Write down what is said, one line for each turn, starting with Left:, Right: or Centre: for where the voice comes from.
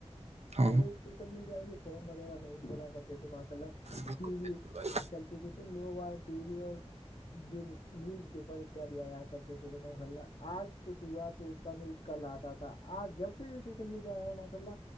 Right: ہاں
Left: پہلے چو ل میڈیا یہ فون وغیرہ نہیں چلا کرتے تھے ماشا اللہ
Right: بالکل
Left: ٹی وی
Right: بالکل بھائی
Left: چلتی تھی تو لوگ آ ٹی وی اور جو نیوز پیپر اتیاد آیا کرتے تھے تو ماس اللہ آج کچھ ہوا تو اس کا نیوز کل آتا تھا آج جب سے یہ سوشل میڈیا آ ماشاء اللہ